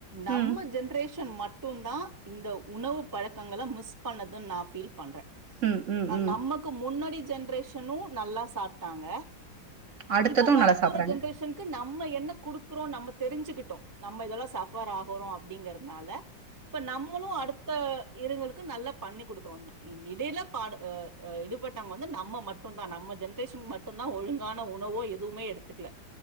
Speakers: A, on the right (about 20°); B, on the right (about 45°).
A: நம்ம
B: ம்
A: ஜென்ரேஷன் மட்டு மட்டுந்தா இந்த உணவு பழக்கங்கள மிஸ் பண்ணதுன் நா பீல் பண்ற
B: ம் ம்
A: அ
B: ம்
A: நமக்கு முன்னாடி ஜென்ரேஷனு நல்லா சாப்ட்டாங்க
B: அடுத்ததும்
A: இப்ப வரப்போற
B: நல்லா சாப்பிடுறாங்க
A: ஜென்ரேஷன்க்கு நம்ம என்ன குடுக்குறோ நம்ம தெரிஞ்சுக்கிட்டோ நம்ம இதல சபர் ஆகறோ அப்டிங்கறதுனால இப்ப நம்மளு அடுத்த த்த இருங்களுக்கு நல்லா பண்ணி குடுக்றோ இடைல பாடு அ அ இடுபட்டவங்க வந்து நம்ம மட் ட்டுந்தா நம்ம ஜென்ரேஷன் மட்டுந்தா ஒழுங்கான உணவோ எதுவுமே எடுத்துக்ல